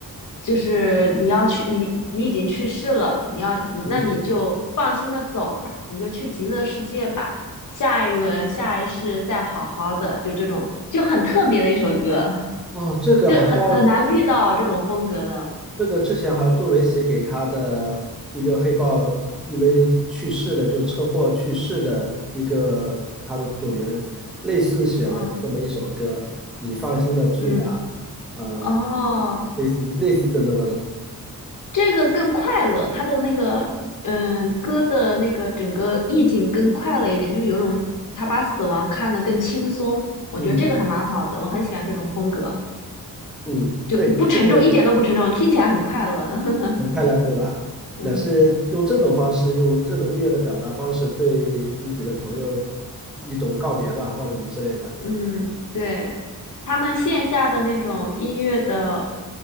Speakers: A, on the left (about 55°); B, in the centre.
A: 就是你要去，你你已经去世了，你要，
B: 嗯，
A: 那你就放心的走吧，你就去极乐世界吧，下一轮下一世再好好的，就这种就很特别的一首歌，
B: 哦，这个好像。
A: 就很很难遇到这种风格的，
B: 这个之前好像杜维写给他的一个黑豹，因为去世的，就是车祸去世的一个他的组员，类似写了这么一首歌，
A: 嗯
B: 你放心的去吧，
A: 嗯，
B: 呃，
A: 哦。
B: 类似类似这种的，
A: 这个更快乐，他的那个嗯歌的那个整个意境更快乐一点，就是有种他把死亡看得更轻松，我觉得这个还蛮好的，
B: 嗯
A: 我很喜欢这种风格，
B: 嗯，
A: 就不沉重，
B: 对，现在
A: 一点都不沉重，听起来很快乐。<laughs>
B: 很快乐，对吧？
A: 嗯。
B: 那是用这种方式，用这种音乐的表达方式，对自己的朋友一种告别吧，或者什么之类的。
A: 嗯，对，他们线下的那种音乐的，